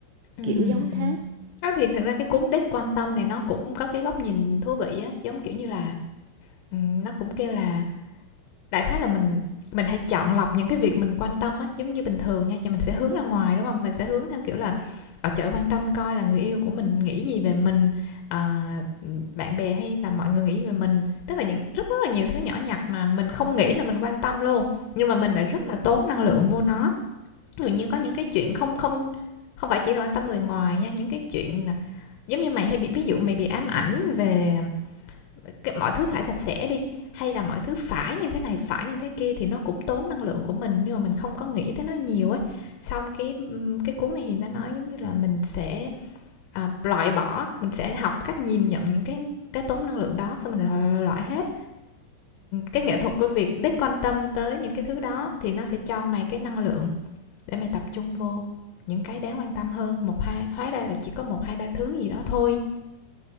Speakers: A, on the left (about 80°); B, on the right (about 85°).
A: Ừm.
B: kiểu giống thế
A: Đó, thì thực ra cái cuốn Đếch Quan Tâm này nó cũng có cái góc nhìn thú vị á, giống kiểu như là Ừm, nó cũng kêu là đại khái là mình mình hãy chọn lọc những cái việc mình quan tâm á, giống như bình thường nha, thì mình sẽ hướng ra ngoài, đúng không? Mình sẽ hướng theo kiểu là, ở chợ quan tâm coi là người yêu của mình nghĩ gì về mình, ờ, bạn bè hay là mọi người nghĩ gì về mình. Tức là những rất rất là nhiều thứ nhỏ nhặt mà mình không nghĩ là mình quan tâm luôn, nhưng mà mình lại rất
B: Ừ.
A: là tốn năng lượng vô nó. Ví dụ như có những cái chuyện không không không phải chỉ là quan tâm người ngoài nha, những cái chuyện là giống như mày hay bị ví dụ mày bị ám ảnh về cái mọi thứ phải sạch sẽ đi hay là mọi thứ phải như thế này phải như thế kia thì nó cũng tốn năng lượng của mình nhưng mà mình không có nghĩ tới nó nhiều ấy xong cái cái cuốn này thì nó nói giống như là mình sẽ à, loại bỏ mình sẽ học cách nhìn nhận những cái cái tốn năng lượng đó xong mình loại, loại hết cái nghệ thuật của việc đích quan tâm tới những cái thứ đó thì nó sẽ cho mày cái năng lượng để mày tập trung vô những cái đáng quan tâm hơn một hai hóa ra là chỉ có một hai ba thứ gì đó thôi